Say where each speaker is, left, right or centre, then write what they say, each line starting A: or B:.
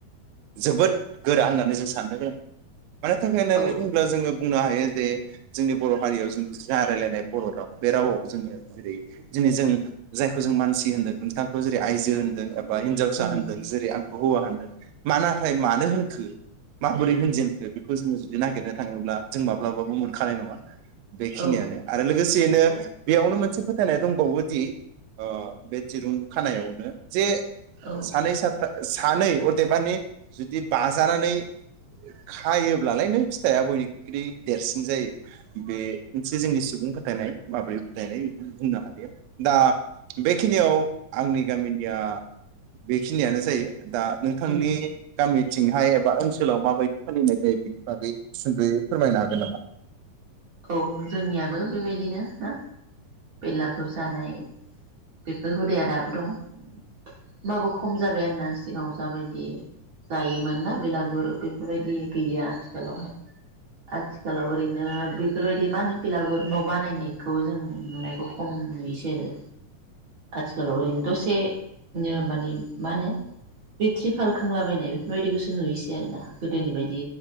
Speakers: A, on the right; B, on the right.
A: जोबोद गोरा होननानै जों साननो गोनां। मानि थाखाय होननानै
B: औ
A: बुङोब्ला जोङो बुंनो हायो जे जोंनि बर' हारियाव जों रायलायनाय बर राव बे रावाव जोङो जेरै दिनै जों जायखौ जों मानसि होन्दों नोंथांखौ जेरै आइजो होन्दों। बा हिन्जावसा
B: उम
A: होनदों जेरै आं हौवा होनदों मा नाथाय मानो होनखो माबोरै होनजेन बेखौ जोङो जुदि नागिरनो थाङोब्ला जों माब्लाबाबो मोनखानाय नङा। बेखिनियानो
B: औ
A: आरो लोगोसे लोगोसेनो बेयावनो मोनसे फोथायनाय दंबावोदि बे दिरुं खानायावनो जे
B: औ
A: सानै सथा सानै अदेबानि जुदि बाजानानै खायोब्लालाय नों फिथाइआ बयनिख्रु देरसिन जायो। बे मोनसे जोंनि सुबुंफोर फोथायनाय माबोरै फोथायनाय बेखौ बुंनो हालिया दा बेखिनियाव आंनि गामिनिया बेखिनियानो जायो। दा नोंथांनि
B: उम
A: गामि थिंहाय एबा ओनसोलाव माबायदि? फालिनाय जायो बेनि बागै सुदयै फोरमायनो हागोन नामा?
B: औ जोंनियाबो बेबायदिनो ना। बेलागुर जानाय बेफोर हुदाया दाबो दं। होमबाबो खम जाबाय आरोना। सिगाङाव जाबायदि जायोमोन। ना बेलागुर बेफोरबायदि गैलिया आथिखालावहाय। आथिखालाव ओरैनो बे बेफोरबायदि मा होनो बिलागुर न' बानायनायखौ जों नुनायखौ खम नुयोसै आरो आथिखालाव ओरैनो दसेनो मानि मा होनो थ्रिपाल खोंलाबायनाय बेफोरबायदिखौसो नुयोसै आरोना गोदोनि बायदि